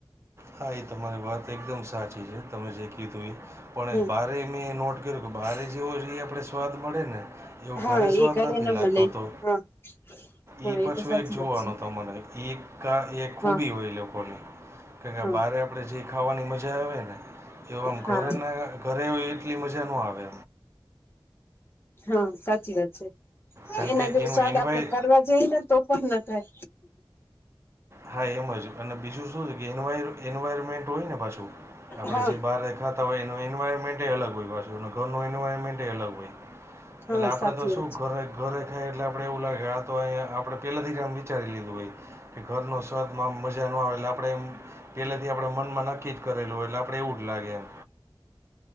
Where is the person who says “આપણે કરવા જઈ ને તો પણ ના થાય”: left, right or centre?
Left